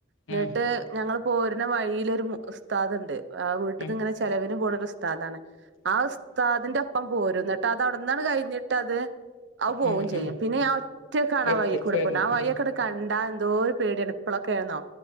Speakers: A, on the right; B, on the left.
A: എന്നിട്ട്
B: ഉം
A: ഞങ്ങള് പോരുന്ന വഴിയിലൊരു ഉസ്താദുണ്ട് ആ വീട്ടിന്നിങ്ങനെ
B: ഉം
A: ചെലവിന് പോണ ഒരു ഉസ്താദാണ് ആ ഉസ്താദിന്റെ ഒപ്പം പോരും എന്നിട്ട് അത് അവിടെന്നാണ് കഴിഞ്ഞിട്ട് അത് അത് പോകും
B: ഉം
A: ചെയ്യും
B: ഉം
A: പിന്നെ ഞാൻ ഒറ്റക്കാണ്
B: ഒറ്റക്ക്
A: വഴിക്കൂടെ
B: വരണം
A: പോണെ ആ വഴിയൊക്കെ
B: ഉം
A: കണ്ടാ എന്തോ ഒരു പേടിയാണ് ഇപ്പളൊക്കെ ആരുന്നോ